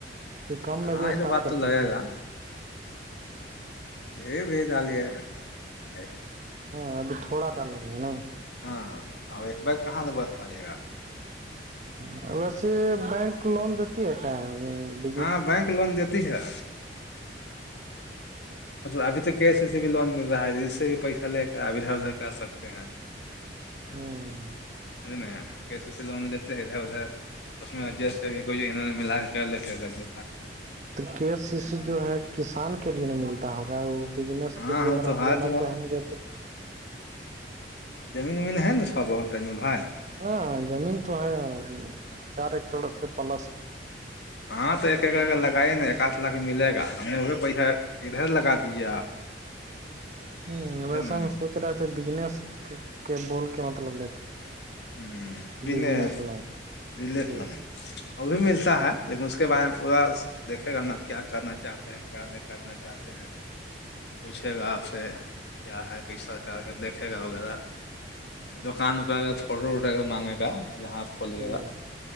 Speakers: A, on the right; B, on the left.
A: کہ کم میں
B: ہاں
A: بھی اسٹارٹ
B: یہ تو بات
A: کر
B: تو
A: سکتے
B: لگے
A: ہیں
B: گا دھیرے دھیرے ڈالیے <inaudible>
A: ہاں ابھی تھوڑا ڈالیں گے نہیں
B: ہاں اب ایک بار کہاں سے ہوجائے گا
A: ہاں ویسے بینک لون دیتی ہے شاید
B: ہاں بینک لون دیتی ہے ابھی تو کے سی سی بھی لون مل رہا ہے جس سے بھی پیسہ لے کر ادھر ادھر کر سکتے ہیں
A: ہ <inaudible>
B: مجھے نہیں کی س سی لون لتے ہے اد ادا اس میں ایڈجسٹمنٹ کر انہوں نے ملا کے کر لیتے
A: تو کے سی سی جو ہے کسان کے لیے نہیں ملتا ہوگا وہ بزنس
B: ہاں
A: کے لیے
B: ہاں
A: اگر
B: تو
A: ہم
B: ہاں
A: لینا
B: تو
A: چاہیں گے تو
B: زمین ومین ہے نا تھوڑا بہت تجامل بھائی
A: ہاں زمین تو ہے چار ایکڑ سے پلس ہے
B: ہاں تو ایک ایکڈ کا لگائی نا ایک لاکھ ملے گا ہم نے پیسہ ادھر لگا دیجے آپ
A: ج <unintelligible>
B: سمجھے
A: ویسا
B: نا
A: ہم سوچ رہے تھے بجنس کے بول کے مطلب لیتے
B: ہوں بزنس
A: بجنس لون
B: بزنس
A: جی
B: لون وہ بھی ملتا ہے لیکن اس کے بارے میں پورا دیکھے گا نا اب کیا کرنا چاہتے ہیں کیا نہیں کرنا چاہتے ہیں پوچھے گا آپ سے کیا ہے کہ سرکار کے دیکھے گا وغیرہ دکان وکان کا فوٹو وٹو مانگے گا جہاں آپ کھولیے
A: جی
B: گا
A: جی